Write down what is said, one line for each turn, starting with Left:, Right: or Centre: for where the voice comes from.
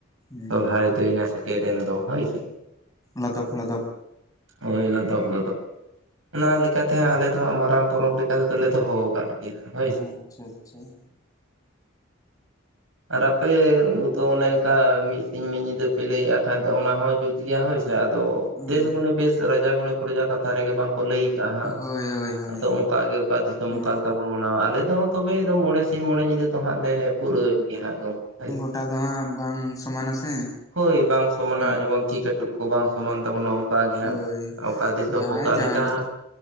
Left: ᱦᱩᱸ
Right: ᱥᱚᱨᱦᱟᱭ ᱫᱟᱹᱭᱱᱟ ᱥᱮᱴ ᱴᱮᱨᱮᱱ ᱫᱚ ᱦᱟᱭ ᱥᱮ
Left: ᱞᱚᱫᱚᱯ ᱞᱚᱫᱚᱯ
Right: ᱳᱭ ᱞᱚᱫᱚᱯ ᱞᱚᱫᱚᱵ ᱚᱱᱟ ᱞᱟᱹᱜ ᱠᱟᱛᱮ ᱟᱞᱮ ᱫᱚ ᱦᱟᱸᱜ ᱢᱟᱨᱟᱝ ᱯᱚᱨᱚᱵᱽ ᱞᱮᱠᱟ ᱛᱮᱫᱚᱞᱮ ᱫᱚᱦᱚ ᱟᱠᱟᱫ ᱜᱮᱭᱟ ᱦᱳᱭ ᱥᱮ
Left: ᱟᱪᱪᱷᱟ ᱟᱪᱪᱷᱟ
Right: ᱟᱨ ᱟᱯᱮ ᱫᱚ ᱚᱱᱮ ᱚᱱᱠᱟ ᱢᱤᱫ ᱥᱤᱧ ᱢᱤᱫ ᱧᱤᱫᱟᱹ ᱯᱮ ᱞᱟᱹᱭᱮᱫᱼᱟ ᱠᱷᱟᱡ ᱫᱚ ᱚᱱᱟ ᱦᱚᱸ ᱡᱩᱛ ᱜᱮᱭᱟ ᱦᱳᱭ ᱟᱫᱚ
Left: ᱦᱩᱸ
Right: ᱫᱮᱥ ᱜᱩᱱᱮ ᱵᱮᱥ ᱨᱟᱡᱟ ᱜᱩᱱᱮ ᱯᱨᱚᱡᱟ ᱠᱟᱛᱷᱟ ᱨᱮᱜᱮ ᱵᱟᱝᱠᱚ ᱞᱟᱹᱭ ᱪᱟ ᱦᱟᱸᱜ
Left: ᱦᱳᱭ ᱦᱳᱭ ᱦᱳᱭ
Right: ᱟᱫᱚ ᱚᱱᱠᱟ ᱜᱮ ᱚᱠᱟ ᱫᱤᱥᱚᱢ
Left: ᱦᱩᱸ
Right: ᱚᱠᱟ ᱞᱮᱠᱟ ᱵᱚᱱ ᱢᱟᱱᱟᱣᱟ ᱟᱞᱮ ᱫᱚ ᱛᱚᱵᱮ ᱢᱚᱬᱮ ᱥᱤᱧ ᱢᱚᱬᱮ ᱧᱤᱫᱟᱹ ᱫᱚ ᱦᱟᱸᱜ ᱞᱮ ᱯᱩᱨᱟᱹᱭᱮᱫ ᱦᱟᱜ ᱫᱚ ᱦᱚᱭ
Left: ᱜᱚᱴᱟ ᱫᱚ ᱦᱟᱸᱜ ᱵᱟᱝ ᱥᱚᱢᱟᱱᱟ ᱥᱮ
Right: ᱦᱳᱭ ᱵᱟᱝ ᱥᱚᱢᱟᱱᱟ
Left: ᱦᱩᱸ
Right: ᱡᱮᱢᱚᱱ ᱛᱤ ᱠᱟᱹᱴᱩᱵ ᱠᱚ ᱵᱟᱝ ᱥᱚᱢᱟᱱ ᱛᱟᱵᱚᱱᱟ ᱚᱱᱠᱟᱜᱮ ᱦᱟᱸᱜ
Left: ᱦᱳᱭ
Right: ᱚᱠᱟ ᱫᱤᱥᱚᱢ
Left: ᱡᱟᱦᱟᱸᱭ
Right: ᱚᱠᱟ
Left: ᱡᱟᱦᱟᱸ
Right: ᱞᱮᱠᱟ